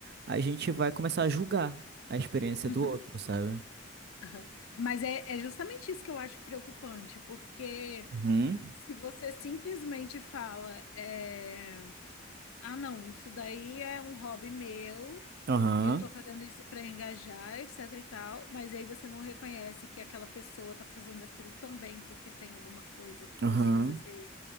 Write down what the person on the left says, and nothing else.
uhum,
aham. Mas é, é justamente isso que eu acho preocupante, porque
Se você simplesmente fala, é, ah, não, isso daí é um hobby meu,
eu tô fazendo isso para engajar, etc e tal, mas aí você não reconhece que aquela pessoa tá fazendo aquilo também porque tem alguma coisa que precisa
ser,